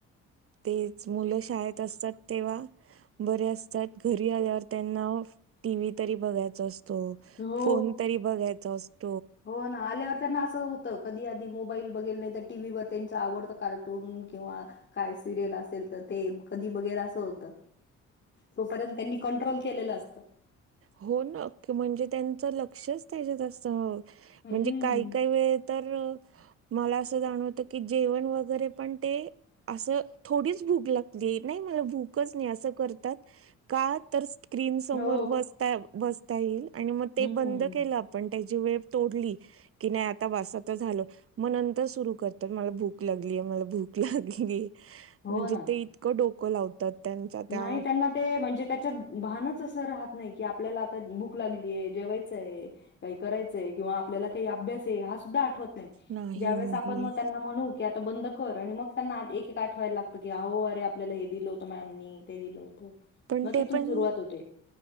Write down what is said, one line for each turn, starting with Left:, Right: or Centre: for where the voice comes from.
Right: तेच मुलं शाळेत असतात तेव्हा, बरे असतात घरी आल्यावर त्यांना टी व्ही तरी बघायच असतो. तो
Left: हो
Right: फोन तरी बघायचा असतो.
Left: हो ना आल्यावर त्यांना असं होतं. कधी आधी मोबाईल बघेल नाही तर टी व्हीवर त्यांच आवडतं कार्टून किंवा काय सिरियल असेल तर ते कधी बघर अस होत तोपर्यंत त्यांनी कंट्रोल केलेलं असत.
Right: होना की म्हणजे त्यांच लक्षच त्याच्यात असत हो.
Left: हम्म
Right: म्हणजे काही काही वेळ तर, मला असं जाणवत की जेवण वगैरे पण ते असं थोडीच भूक लागली नाही मला भूकच नाही असं करतात. का तर स्क्रीन समोर
Left: हो
Right: बसता बसता येईल आणि मग ते
Left: हम्म
Right: बंद केलं आपण त्या वेळ तोडली क नाही आता झा मग नर सुर कर म भूक लाली. म भूक लागली
Left: हो
Right: म्हणजे
Left: ना
Right: ते इतकं डोकं लावतात. त्यांचा
Left: नाही
Right: त्या
Left: त्यांना ते म्हणजे त्याच्यात भानच असं राहत नाही की आपल्याला आता बुक लागलीय जेवायचंय काही करायचंय किंवा आपल्याला काही अभ्यास आहे हा सुद्धा आठवत. नाय
Right: नाही
Left: जावेळेस
Right: नाही
Left: आपण म त्यांना म्हणु कि आता बंद कर आणि मग त्यांना एक आठवायला लागतं की आ हो अरे आपल्याला हे दिलं होतं मॅमनी ते दिलं होतं.
Right: पण
Left: मग
Right: ते
Left: तिथून
Right: पण
Left: सुरुवात होते.